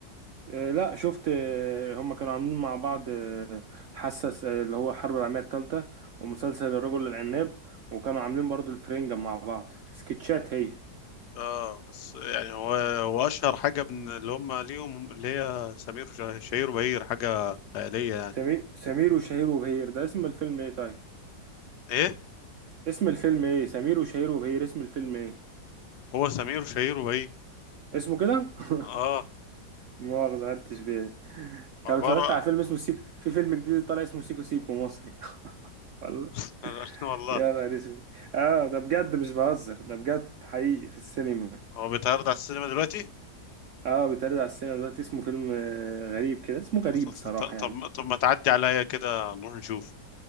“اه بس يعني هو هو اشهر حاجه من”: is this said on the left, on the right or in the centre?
Left